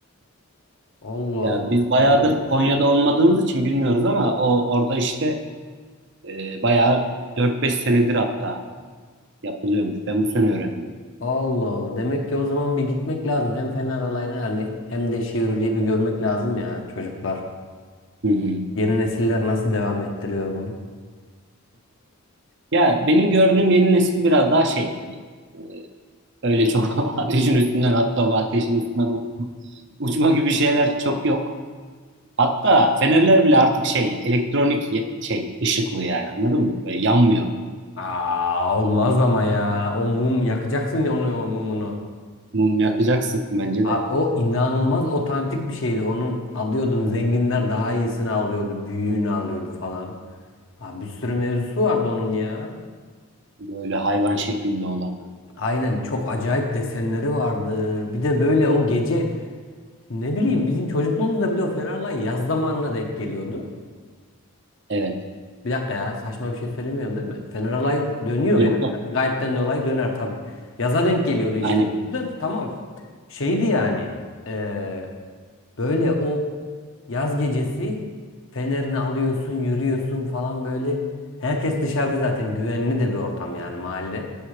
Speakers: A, on the left; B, on the right.
A: Allah
B: Ya
A: Allah.
B: biz bayağıdır
A: Güzel.
B: Konya'da olmadığımız için bilmiyoruz ama o orada işte e, bayağı dört beş senedir hatta yapılıyormuş. Ben bu sene öğrendim.
A: Allah Allah. Demek ki o zaman bir gitmek lazım. Hem Fener alayına yani hem de Şivrili'yi bir görmek lazım ya çocuklar.
B: Hı hı.
A: Yeni nesiller nasıl devam ettiriyor bunu?
B: Ya benim gördüğüm yeni nesil biraz daha şey hani e, öyle çok <laughs> ateşin üstünden atlama, ateşin üstünden uç- uçma gibi şeyler çok yok. Hatta fenerler bile artık şey elektronik ye- şey ışıklı yani anladın mı? Böyle yanmıyor.
A: Aa, olmaz ama ya. O mum yakacaksın ya onu o mumunu.
B: Mum yakacaksın bence
A: Aa,
B: de.
A: o inanılmaz otantik bir şeydi. Onun alıyordun zenginler daha iyisini alıyordu. Büyüğünü alıyordu falan. Aa, bir sürü mevzusu vardı onun ya.
B: Böyle hayvan şeklinde olanı.
A: Aynen çok acayip desenleri vardı. Bir de böyle o gece ne bileyim bizim çocukluğumuzda bir de o Fenerlay yaz zamanına denk geliyordu.
B: Evet.
A: Bir dakika ya saçma bir şey söylemiyorum değil mi? Fener Alay dönüyor
B: Yok
A: ya.
B: yok.
A: Yani Gayipten dolayı döner tabii. Yaza denk geliyordu işte.
B: Aynen.
A: O yüzden tamam. Şeydi yani. e, böyle o yaz gecesi Fener'ini alıyorsun yürüyorsun falan böyle. Herkes dışarıda zaten güvenli de bir ortam yani mahalle.